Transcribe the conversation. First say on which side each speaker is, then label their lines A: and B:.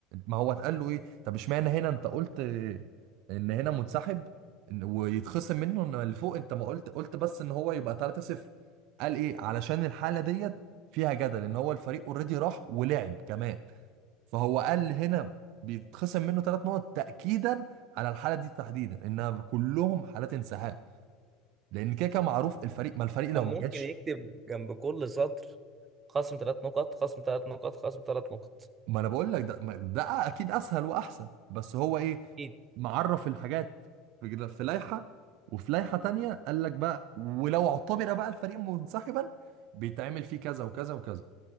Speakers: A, on the right; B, on the right.
A: ما هو اتقال له ايه طب اشمعنى هنا انت قلت آه، ان هنا منسحب إن- ويتخصم منه ان اللي فوق انت ما قلت قلت بس ان هو يبقى 3-0 قال ايه علشان الحالة ديت فيها جدل ان هو الفريق اوريدي راح ولعب كمان فهو قال هنا بيتخصم منه ثلاث نقط تأكيدا على الحالة دي تحديدا انها كلهم حالات انسحاب لان كده كده معروف الفريق ما الفريق لو
B: أم
A: ما
B: ممكن
A: جاش
B: يكتب جنب كل سطر خصم ثلاث نقط خصم ثلاث نقط خصم ثلاث نقط
A: ما انا بقول لك ده ما- ده اكيد اسهل واحسن بس هو ايه
B: اكيد
A: معرف الحاجات في في لائحه وفي لائحه تانية قال لك بقى ولو اعتبر بقى الفريق منسحبا بيتعمل فيه كذا وكذا وكذا